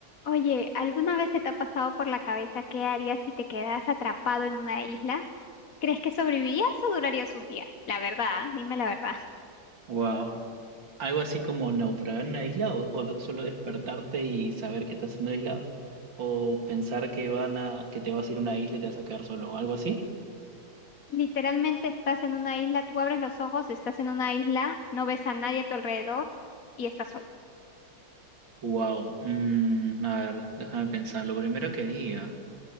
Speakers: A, on the left; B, on the right.
A: Oye, ¿alguna vez se te ha pasado por la cabeza qué harías si te quedas atrapado en una isla? ¿Crees que sobrevivirías o durarías un día? La verdad, ¿ah? dime la verdad. <laughs>
B: Wow. Algo así como naufragar en una isla o, o solo despertarte y saber que estás en una isla o pensar que van a que te vas a ir a una isla y te vas a quedar solo, algo así.
A: Literalmente estás en una isla, tú abres los ojos, estás en una isla, no ves a nadie a tu alrededor y estás solo.
B: Wow. a ver, déjame pensar. Lo primero que haría.